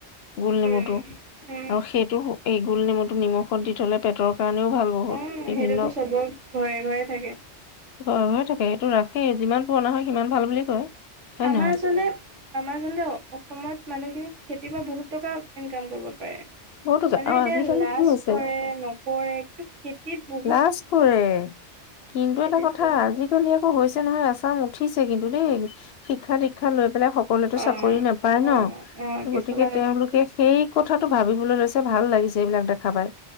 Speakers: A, on the left; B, on the right.
A: গোল নেমুটো
B: উম উম
A: আৰু সেইটো এই গোল নেমুটো নিমখত দি থ'লে পেটৰ কাৰণেও ভাল। বহুত
B: অ'
A: বিভিন্ন
B: সেইটোতো চবৰ ঘৰে ঘৰে থাকে।
A: ঘৰে ঘৰে থাকে সেইটো ৰাখেই যিমান পুৰণা হয় সিমান ভাল বুলি কয়। হয়
B: আমাৰ
A: নহয়
B: আচলতে আমাৰ আচলতে অসমত মানুহখিনি খেতিৰ পৰা বহুত টকা ইনকাম কৰিব পাৰে।
A: বহুতো
B: মানে
A: আৰু
B: এতিয়া
A: আজিকালি
B: লাজ
A: কি হৈছে
B: কৰে নকৰে খেতিত বহ
A: লাজ কৰে। কিন্তু
B: খেতিত
A: এটা কথা
B: বহুত
A: আজিকালি
B: টকা
A: আকৌ হৈছে নহয় আছাম উঠিছে কিন্তু দেই। শিক্ষা দীক্ষা লৈ পেলাই সকলোৱতো
B: অ',
A: চাকৰি নাপায় ন
B: অ', অ', কিছুমান
A: গতিকে তেওঁলোকে
B: উঠিছে
A: সেই কথাটো ভাবিবলৈ লৈছে ভাল লাগিছে এইবিলাক দেখা পাই